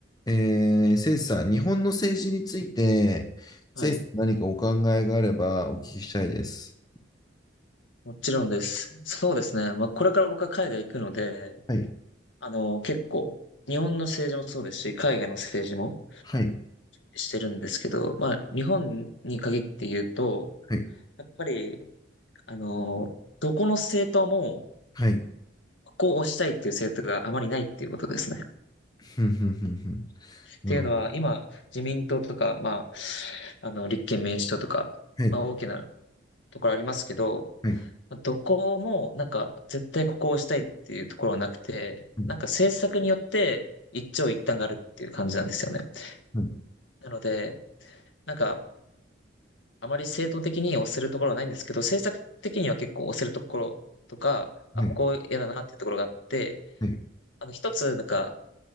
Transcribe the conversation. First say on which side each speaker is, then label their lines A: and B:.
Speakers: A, on the left (about 20°); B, on the left (about 75°).
A: えー、誠司さん、日本の政治について、
B: はい。
A: 誠司さん何かお考えがあればお聞きしたいです。
B: もちろんです。そうですね。まあ、これから僕は海外行くので、
A: はい、
B: あの、結構、日本の政治もそうですし、海外の政治も
A: はい、
B: してるんですけど、まあ、日本に限って言うと、
A: はい、
B: やっぱり、あの、どこの政党も、
A: はい。
B: ここを押したいっていう政党があまりないっていうことですね。っ
A: ふんふんふんふん。なるほど。
B: ていうのは、今、自民党とか、まあ、あの、立憲民主党とか、
A: はい、
B: まあ、大きなところありますけど、
A: はい、
B: まあどこもなんか絶対ここを押したいっていうところはなくて、
A: はい、
B: なんか政策によって一長一短があるっていう感じなんですよね。
A: はい、
B: なので、なんかあまり正当的に押せるところはないんですけど、政策的には結構押せるところとか、あ、
A: はい、
B: ここ嫌だなっていうところがあって、
A: はい、
B: あの一つなんか、